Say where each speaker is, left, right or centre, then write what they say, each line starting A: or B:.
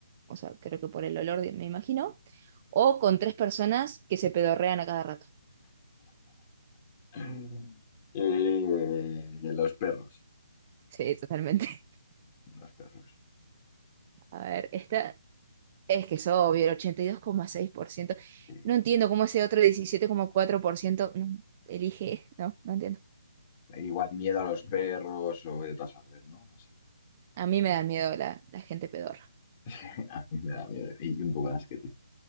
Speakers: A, on the right (about 30°); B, on the left (about 30°).
A: o sea, creo que por el olor me imagino, o con tres personas que se pedorrean a cada rato.
B: <laughs> Eh, los perros,
A: Sí, totalmente. <laughs>
B: los perros.
A: A ver, esta es que es obvio, el ochenta y dos coma seis por ciento
B: Eh,
A: No entiendo cómo ese otro 17,4% no, elige, no, no entiendo.
B: Igual miedo a los perros o de todas saber, ¿no? No sé.
A: A mí me da miedo la, la gente pedorra.
B: <laughs> A mí me da miedo y un poco de asquete.